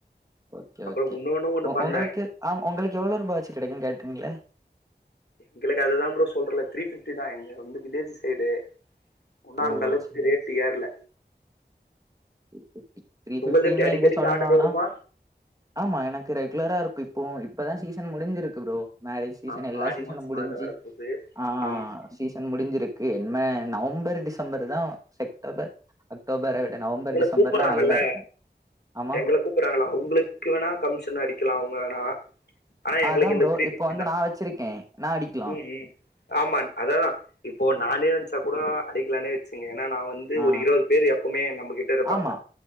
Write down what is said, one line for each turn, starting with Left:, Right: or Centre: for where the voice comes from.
Right: ஓகே
Left: அப்புறம்
Right: ஓகே
Left: இன்னொன்னு ஒன்னு
Right: உ
Left: பண்ணேன்
Right: உங்களுக்கு ஆமா உங்களுக்கு எவ்ளோ ரூபாவாச்சி கெடைக்குன்னு கேட்டீங்கல்ல
Left: எங்களுக்கு அதுதான் ப்ரோ சொல்றல்ல த்ரீ ஃபிஃப்டிதான் எங்க வந்து வில்லேஜ் சைடு ஒன்னு
Right: ஓ
Left: அந்த அளவுக்கு
Right: த்ரீ
Left: ரேட்டு ஏர்ல
Right: த்ரீ ஃபிஃப்டி த்ரீ
Left: உங்கள்து
Right: ஃபிஃப்டின்னு
Left: எப்டி அடிக்கடிக்கு
Right: இங்க சொன்னான்னா
Left: ஆர்டர் வருமா
Right: ஆமா எனக்கு ரெகுலரா இருக்கு இப்போ இப்பதான் சீசன் முடிஞ்சிருக்கு ப்ரோ மேரேஜ் சீசன்
Left: ஆமா
Right: எல்லா
Left: ஆடி
Right: சீசனும்
Left: மாசோ
Right: முடிஞ்சு
Left: வேற வரப்போது
Right: ஆ
Left: ஆமா ஆமா
Right: சீ சன் முடிஞ்சிருக்கு என்ன நவம்பர் டிசம்பர்தான் செக்டோபர் அக்டோபர விட நவம்பர் டிசம்பர்லா
Left: கூப்படுறாங்கல்ல எங்களை கூப்பறாங்கல்ல
Right: நல்லா இருக்கு ஆமா
Left: எங்கள கூப்பறாங்கல்ல அவுங்களுக்கு வேணா கமிஷன் அடிக்கலா அவுங்க வேணா ஆனா எங்களுக்கு
Right: அதா
Left: இந்த
Right: ப்ரோ
Left: த்ரீ ஃபிஃப்டிதான்
Right: இப்போ வந்து நா வச்சிருக்கே நா அடிக்கலா
Left: ம் ம் ஆமா அதாதான் இப்போ நானே நெனச்சா கூட அடிக்கலானே வெச்சுகோங்க ஏனா நா வந்து
Right: ஆ
Left: ஒரு இருவது பேரு எப்புமே நம்மகிட்ட இருப்பாங்க
Right: ஆமா